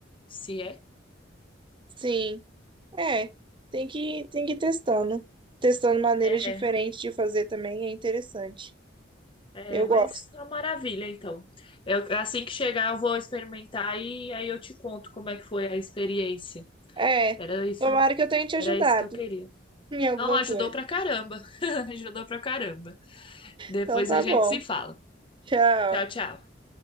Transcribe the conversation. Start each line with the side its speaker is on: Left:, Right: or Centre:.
Left: se é.
Right: Sim, é. Tem que, tem que ir testando. Testando maneiras
Left: É,
Right: diferentes de fazer também é interessante.
Left: é,
Right: Eu
Left: mas
Right: gosto.
Left: é uma maravilha, então. Eu- assim que chegar, eu vou experimentar e aí eu te conto como é que foi a experiência.
Right: É.
Left: Era isso,
Right: Tomara que eu tenha te ajudado
Left: era isso que eu queria.
Right: <laughs> em alguma
Left: Não, ajudou
Right: coisa.
Left: pra caramba. <laughs> Ajudou pra caramba. Depois
Right: Então tá
Left: a gente
Right: bom.
Left: se fala.
Right: Tchau.
Left: Tchau, tchau.